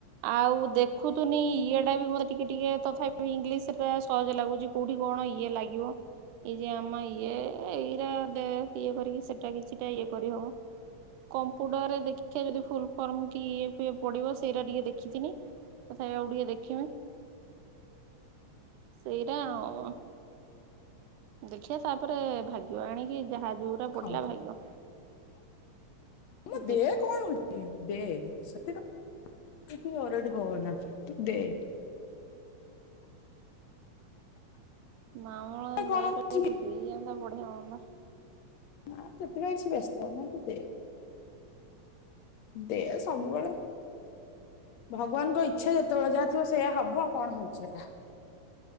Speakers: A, on the right (about 80°); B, on the left (about 70°).
A: ଆଉ ଦେଖୁଥୁନି ଇଏଟା ବି ମୋତେ ଟିକେ ଟିକେ ତଥାପି ଇଂଲିଶଟା ସହଜ ଲାଗୁଛି କେଉଠି କଣ ଇଏ ଲାଗିବ। ଏଇ ଯେ ଆମ ଇଏ ଏଇଟା ଇଏ କରିକି ସେଇଟା କିଛିଟା ଇଏ କରିହେବ। କମ୍ପୁଟରରେ ଦେଖ କେ ଫୁଲ ଫର୍ମ କି ପଡିବ ସେଇଟା ଟିକେ ଦେଖିଥିନି ତଥାପି ଆଉ ଟିକେ ଦେଖିବା ସେଇରା ଅ-ଅ ଦେଖିବା ତାପରେ ଭାଗ୍ୟ ଆଣିକି ଯାହା ଯଉଟା
B: ହଁ
A: ପଡିଲା ଭାଗ୍ୟ
B: ମ
A: ଦେଖ
B: ଦେ କଣ ହେଉଛି ଦେ ସେତ କିି ଓରିଡ୍ ହୋ ନା। ତ ଦେ <inaudible>
A: ମା ମଙ୍ଗଳା ଦୟାରୁ
B: କଣ ହଉଛି କି?
A: ଯଦି ହେଇ ଯାଆନ୍ତା ତ ବଢିଆ ହୁଅନ୍ତା।
B: ନା ସେଥିପାଇଁ କିଛି ବ୍ୟସ୍ତ ହ ନା ତୁ ଦେ, ଦେ ସବୁବେଳେ, ଭଗବାନଙ୍କ ଇଚ୍ଛା ଯେତେବେଳେ ଯାହା ଥିବ ସେଇୟା ହବ ଆଉ କଣ ହଉଛି ଏଟା।